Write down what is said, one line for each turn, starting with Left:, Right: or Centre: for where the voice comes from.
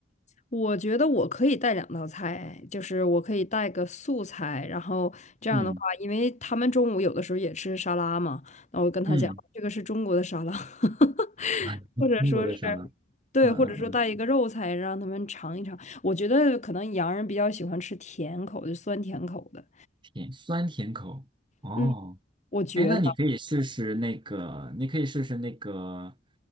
Left: 我觉得我可以带两道菜，就是我可以带个素菜，然后这样的话，
Right: 嗯
Left: 因为他们中午有的时候也吃沙拉嘛，那我跟他讲，
Right: 嗯，
Left: 这个是中国的沙拉。<laughs>
Right: <laughs>
Left: 或者说是，
Right: 中国的啥呢？
Left: 对，
Right: 嗯嗯嗯，
Left: 或者说带一个肉菜让他们尝一尝。我觉得可能洋人比较喜欢吃甜口的，酸甜口的。
Right: 甜，酸甜口。哦。
Left: 嗯，我觉得
Right: 哎，那你可以试试那个，你可以试试那个，